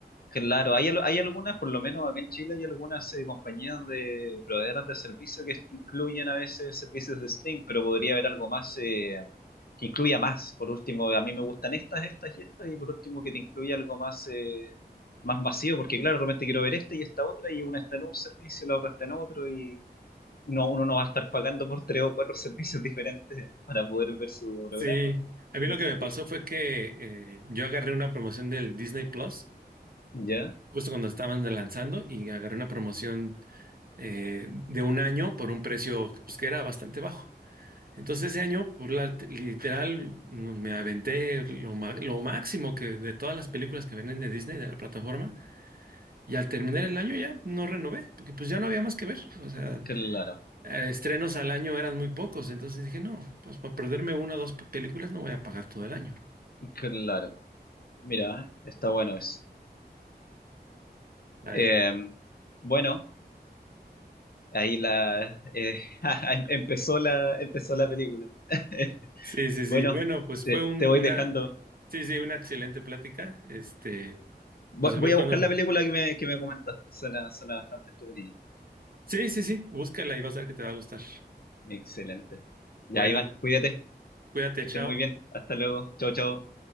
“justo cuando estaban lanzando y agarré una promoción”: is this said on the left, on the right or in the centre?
Right